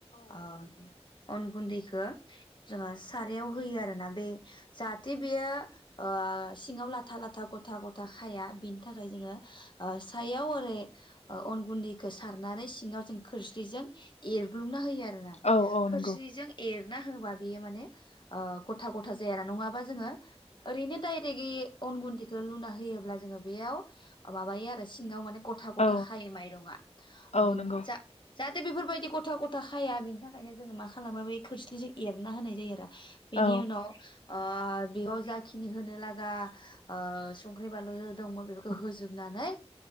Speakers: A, on the left (about 45°); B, on the left (about 80°).
A: औ अन गुन्दैखो जोङो सारायाव होयो आरोना बे जाहाथे बेयो ओ सिङाव लाथा लाथा ग'था ग'था खाया बेनि थाखाय जोङो ओ हाथायाव ओरै अन गुन्दैखौ सारनानै सिङाव जों खोरस्लिजों एरग्लुंना होयो आरो
B: औ औ
A: खोरस्लिजों
B: नंगौ
A: एर ना होबा बेयो माने ओ गथा गथा जाया ना नङाबा जोङो ओरैनो डायरेकयै अन गुन्दखौ लुना होयोब्ला जों बेयाव माबायो आरो। सिङाव माने गथा गथा
B: औ
A: खायो माइरंआ
B: औ
A: बेनि
B: नंगौ
A: जा जा बेफोरबायदि गथा गथा खाया बेनि थाखायनो जोङो मा खालामो बे खोरस्लिजों एरना होनाय जायो आरो बेनि
B: औ
A: उनाव ओ बेयाव जाखिनि होनो लागा ओ संख्रि बानलु दंमोन बेफोरखौ होजोबनानै